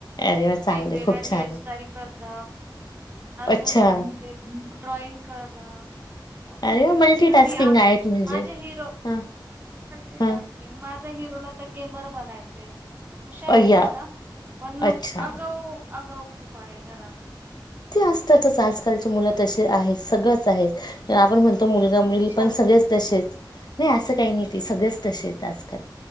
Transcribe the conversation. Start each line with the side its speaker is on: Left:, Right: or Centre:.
Left: अरे वा चांगलंय
Right: वेगवेगळ्या
Left: खूप
Right: हेअर
Left: छान आहे.
Right: स्टाईल करन. अजून
Left: अच्छा
Right: ते ड्रॉइंग करणं. खूप
Left: अरे
Right: मजे
Left: वा
Right: वेग
Left: मल्टीटास्किंग
Right: आणि आम
Left: आहेत म्हणजे
Right: माझे हिरो
Left: हा
Right: मल्टीटास्किंग
Left: हा
Right: माझे हिरोला तर गेमर बनायचे. हुशार
Left: अय्या
Right: आहे तसा. पण
Left: अच्छा
Right: अगाउ अगाऊ खूप आहे घरात.
Left: ते असतातच. आजकालची मुलं तसे आहेत. सगळंच आहेत. आपण
Right: मुलं
Left: म्हणतो मुलगा मुलगी
Right: मुली शांत
Left: पण सगळेच
Right: असतात
Left: तसेच नाही असं काही नाही ते. सगळंच तसे आहेत आजकाल.